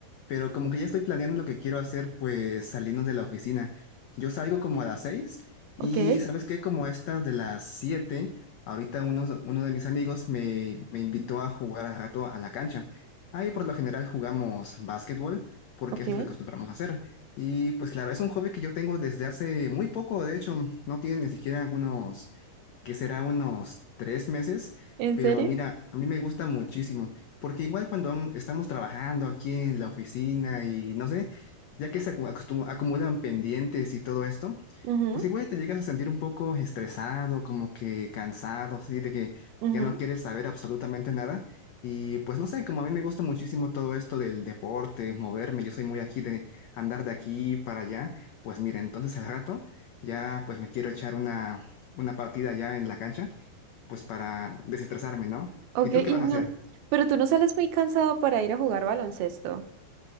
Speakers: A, on the left; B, on the right.
A: Pero como que ya estoy planeando lo que quiero hacer pues saliendo de la oficina. Yo salgo como a las seis y
B: Ok,
A: ¿sabes qué? Como estas de las siete, ahorita uno, uno de mis amigos me, me invitó a jugar al rato a la cancha. Ahí por lo general jugamos básquetbol porque
B: ok.
A: es lo que acostumbramos a hacer. Y pues claro, es un hobby que yo tengo desde hace muy poco, de hecho, no tiene ni siquiera algunos que será unos tres meses,
B: ¿En
A: pero
B: serio?
A: mira, a mí me gusta muchísimo, porque igual cuando am- estamos trabajando aquí en la oficina y no sé, ya que se acu- acostum- acumulan pendientes y todo esto,
B: Ujú,
A: pues igual te llegas a sentir un poco estresado, como que cansado, así de que
B: ujú.
A: ya no quieres saber absolutamente nada. Y pues no sé, como a mí me gusta muchísimo todo esto del deporte, moverme, yo soy muy aquí de andar de aquí para allá, pues mira, entonces al rato ya pues me quiero echar una, una partida ya en la cancha, pues para desestresarme, ¿no?
B: Ok,
A: ¿Y tú qué
B: y
A: vas
B: no,
A: a hacer?
B: pero tú no sales muy cansado para ir a jugar baloncesto.